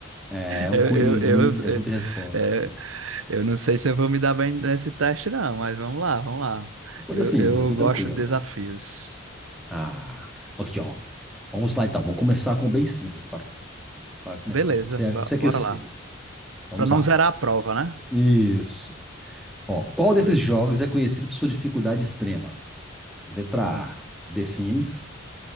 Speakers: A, in the centre; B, on the right.
A: É um
B: Eu,
A: quizinho,
B: eu, eu,
A: pergunta e resposta,
B: é,
A: assim.
B: é, eu não sei se eu vou me dar bem nesse teste, não, mas vamos lá, vamos lá.
A: É Coisa
B: Eu,
A: simples,
B: eu
A: bem
B: gosto
A: tranquilo.
B: de desafios.
A: Ah, aqui, ó. Vamos lá então. Vou começar com bem simples, para começar
B: Beleza,
A: assim, pra você,
B: bo-
A: pra você aquecer.
B: bora lá.
A: Então,
B: Para
A: vamos
B: não
A: lá.
B: zerar a prova, né?
A: Isso. Ó, qual desses
B: Beleza.
A: jogos é conhecido por sua dificuldade extrema? Letra
B: Hum.
A: A, The Sims.